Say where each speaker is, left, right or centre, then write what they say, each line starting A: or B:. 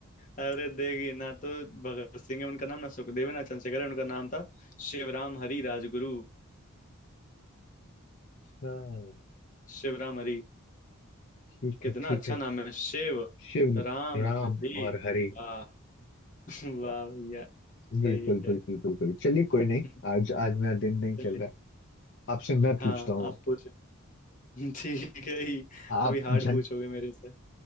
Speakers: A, on the left (about 35°); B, on the left (about 55°).
A: अरे देखिए ना तो भगत सिंह है उनका नाम ना सुखदेव है ना चंद्रशेखर है उनका नाम था शिवराम हरी राजगुरु
B: हाँ
A: शिवराम हरी
B: ठीक
A: कितना
B: है ठीक
A: अच्छा
B: है
A: नाम है शिव
B: शिव
A: राम
B: राम
A: हरी
B: और हरि
A: वाह <laughs> वाह
B: वाह,
A: भैया
B: बिल्कुल
A: सही है
B: बिल्कुल बिल्कुल चलिए कोई नहीं
A: <laughs>
B: आज आज मेरा दिन नहीं
A: चलिए
B: चल रहा है आपसे मैं
A: हाँ
B: पूछता हूँ
A: आप पूछो <laughs> ठीक है ही
B: आप
A: अभी हार्ड
B: झं
A: पूछोगे मेरे से